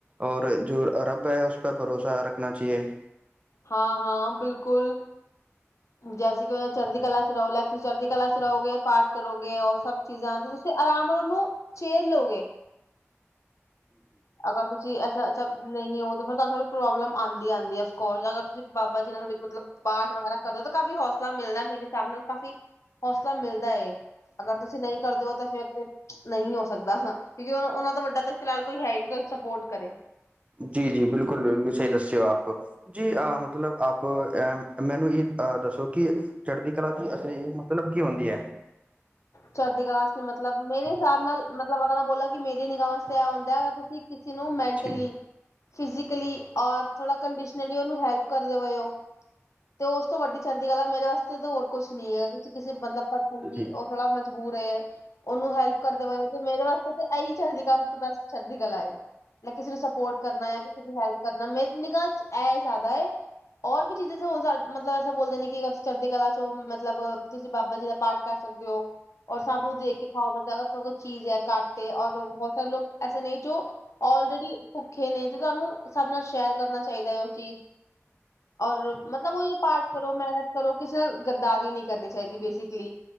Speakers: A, on the right; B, on the left.
A: ਔਰ ਜੋ ਰੱਬ ਹੈ ਉਸ ਪਰ ਭਰੋਸਾ ਰੱਖਣਾ ਚਾਹੀਏ।
B: ਹਾਂ-ਹਾਂ। ਬਿਲਕੁਲ। ਜੈਸੀੇ। ਚੜਦੀ ਕਲਾ ਚ ਰੋ ਲੈਗ ਤੂੰ ਚੜਦੀ। ਕਲਾ ਚ ਰਹੋ ਗੇ। ਪਾਠ ਕਰੋਗੇ, ਔਰ ਸਭ ਚੀਜ਼ਾਂ ਤੇ ਤੁਸੀਂ ਆਰਾਮ ਨਾਲ ਉਹਨੂੰ ਚੇਲ ਲਓਗੇ ਅਗਰ ਤੁਸੀਂ ਐਸਾ ਸ ਨਹੀਂ ਹੋ ਤਾਂ ਫਿਰ ਤੁਹਾਨੂੰ ਪ੍ਰੋਬਲਮ ਹਾਂਜੀ। ਆਂਦੀ ਆ ਅਫਕੋਰਸ ਅਗਰ ਤੁਸੀਂ ਬਾਬਾ ਜੀ ਨਾਲ ਤੁਹਾ ਮਤਲਬ ਪਾਠ ਵਗੈਰਾ ਕਦੋਂ ਤੋਂ ਕਾਫ਼ ਹੌਸਲਾ ਮਿਲਦਾ ਮੇਰੇ ਸਾਮ ਨੂੰ ਕਾਫੀ। ਹੌਸਲਾ ਮਿਲਦਾ ਹੈ ਅਗਰ ਤੁਸੀਂ ਨਹੀਂ ਕਰਦੇ ਹੋ ਤਾਂ ਫੇਰ ਤੇ ਨਹੀਂ ਹੋ ਸਕਦਾ ਹਾਂ ਕਿਉਂਕਿ ਉਹਨਾਂ ਤੋਂ ਵੱਡਾ ਤਾਂ ਫਿਲਹਾਲ ਕੋਈ ਹੈਰੀ ਸਪੋਰਟ ਕਰੇ
A: ਜੀ-ਜੀ। ਬਿਲਕੁਲ-ਬਿਲਕੁਲ। ਸਹੀ ਦੱਸਿਓ ਆਪ ਜੀ ਅਹ ਮਤਲਬ ਆਪ ਮੈਨੂੰ ਇਹ ਅਹ ਦੱਸੋ ਕਿ ਚੜ੍ਹਦੀ ਕਲਾ ਚ ਅਸ ਮਤਲਬ ਕੀ ਹੁੰਦੀ ਹੈ।
B: ਚਰਦੀ ਕਲਾਸ ਨੇ ਮਤਲਬ ਮੇਰੇ ਹਿਸਾਬ ਨਾਲ ਮਤਲਬ ਅਗਰ ਬੋਲ ਕਿ ਮੇਰੀ ਨਿਗਾਹਵਾਂ ਚ ਤਾ ਐ ਹੁੰਦਾ ਤੁਸੀਂ ਕਿਸੇ ਨੂੰ ਮੈਂਟਲੀ,
A: ਜੀ
B: ਫਿਜ਼ਕਲੀ ਔਰ ਥੋੜਾ ਕੰਡੀਸ਼ਨਲੀ ਉਹਨੂੰ ਹੈਲਪ ਕਰਦੇ ਹੋਏ ਉਹ ਤੇ ਉਸ ਤੋਂ ਵੱਡੀ ਚੜ੍ਹਦੀ ਗੱਲ ਆ ਮੇਰੇ ਵਾਸਤੇ ਤਾਂ ਹੋਰ ਕੁਛ ਨੀ ਹੈਗਾ ਤੁਸੀਂ ਕਿਸੇ ਮਤਲਬ ਪਰਸਨ ਦੀ
A: ਜੀ
B: ਮਜਬੂਰ ਏ ਉਹਨੂੰ ਹੈਲਪ ਕਰਦੇ ਹੋਏ ਤੇ ਮੇਰੇ ਵਾਸਤੇ ਤੇ ਇਹੀ ਚੜਦੀ ਕਲਾ ਸਭ ਤੋਂ ਬੈਸਟ ਚੜ੍ਹਦੀ ਕਲਾ ਏ ਲ ਕਿਸੇ ਨੂੰ ਸਪੋਰਟ ਕਰਨਾ ਜਾਂ ਕਿਸੇ ਦੀ ਹੈਲਪ ਕਰਨਾ ਮੇ ਨਿਗਾਤ ਇਹ ਜ਼ਿਆਦਾ ਹੋਰ ਵੀ ਚੀਜ਼ਾਂ ਹ ਮਤਲਬ ਐਸ ਬੋਲਦੇ ਨੇ ਕਿ ਅਰ ਤੁਸੀ ਚੜਦੀ ਕਲਾ ਚ ਮਤਲਬ ਤੁਸੀਂ ਬਾਬਾ ਜੀ ਦਾ ਪਾਠ ਕਰ ਸਕਦੇ ਹੋ। ਔਰ ਸਭ ਨੂੰ ਦੇਖ ਕੇ ਖਾਓ ਮਤਲਬ ਅਗਰਡੇ ਕੋਲ ਚੀਜ਼ ਹੈ ਕੱਟ ਤੇ ਔਰ ਬਹੁਤ ਲੋਕ। ਐਸੇ ਨਹੀਂ। ਜੋ ਆਲਰੇਡੀ ਭੁੱਖੇ ਨੇ ਤੇ ਤੁਹਾਨੂੰ ਸਾਭੇ ਨਾਲ ਸ਼ਹਿਰ ਕਰਨਾ ਚਾਹੀਦਾ ਹੈ ਉਹ ਚੀਜ਼ ਔਰ ਮਤਲਬ ਉਹੀ ਪਾਠ ਕਰੋ, ਮਿਹਨਤ ਕਰੋ ਕਿਸੇ ਗੱਦਾਰੀ ਨੀ ਕਰਨੀ ਚਾਹੀਦੀ ਬੇਸਿਕਲੀ।